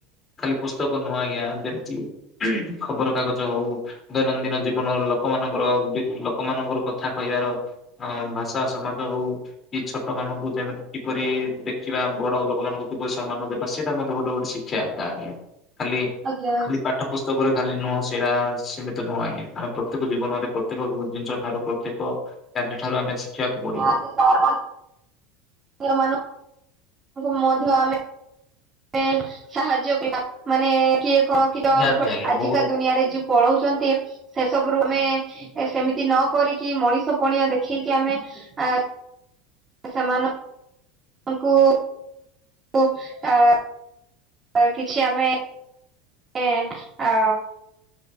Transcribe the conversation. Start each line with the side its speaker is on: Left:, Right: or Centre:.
Left: ଖାଲି ପୁସ୍ତକ ନୁହଁ ଆଜ୍ଞା। ଯେମତି କି ଖବର କାଗଜ ହଉ ଦୈନନ୍ଦିନ ଜୀବନର ଲୋକମାନଙ୍କର ବି ଲୋକମାନଙ୍କର କଥା କହିବାର ଆଉ ଭାଷା ସମାଜ ହଉ, କି ଛୋଟମାନଙ୍କୁ ଯେମିତି କିପରି ଦେଖିବା, ବଡ଼ ଲୋକ ଭଗବାନଙ୍କୁ ସମ୍ମାନ ଦେବା ସେଇଟା ମଧ୍ୟ ଗୋଟେ ଗୋଟେ ଶିକ୍ଷା। ତାହା ଏୟା ଖାଲି
Right: ଆଜ୍ଞା
Left: ଖାଲି ପାଠ ପୁସ୍ତକରେ ଖାଲି ନୁହଁ ସେଇଟା ସୀମିତ ନୁହଁ ଆଜ୍ଞା। ଆମେ ପ୍ରତ୍ୟେକ ଜୀବନରେ, ପ୍ରତ୍ୟେକ ଜିନିଷ ଠାରୁ, ପ୍ରତ୍ୟେକ କାର୍ଯ୍ୟଠାରୁ ଆମେ ଶିଖିବାକୁ
Right: <unintelligible>
Left: ପଡିବ
Right: <unintelligible> ମାନଙ୍କୁ ମଧ୍ୟ ଆମେ ଆମେ ସାହାଯ୍ୟ କ <inaudible> ମାନେ କିଏ କଣ କିଏ
Left: ନିହାତି
Right: <inaudible>
Left: ଆଜ୍ଞା
Right: ଆଜିକା
Left: ବହୁତ
Right: ଦୁନିଆରେ ଯୁ ପଳଉଚନ୍ତି ସେସବୁରୁ ଆମେ, ସେମିତି ନ କରିକି ମଣିଷ ପଣିଆ ଦେଖେଇକି ଆମେ ଆ ସେମାନଙ୍କୁ ଙ୍କୁ ଆ କିଛି ଆମେ ଏ ଆ